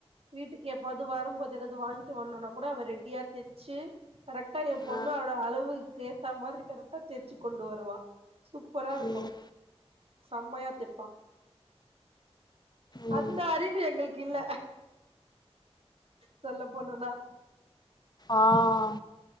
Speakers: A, on the right (about 65°); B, on the left (about 40°).
A: வீட்டுக்கு எப்பாது வரும் போது எதாவது வாங்கிட்டு வருனுனா கூட அவ ரெடியா தச்சு கரெக்டா என் பொண்ணு
B: ஆ
A: அவோட அளவுக்கு ஏத்தா மாதிரி கரெக்டா தச்சு கொண்டு வருவா சூப்பரா இருக்கு
B: ம்
A: செம்மையா தைப்பா
B: ம்
A: அந்த அறிவு எங்களுக்கு இல்ல சொல்ல போனுனா
B: ஆஹ்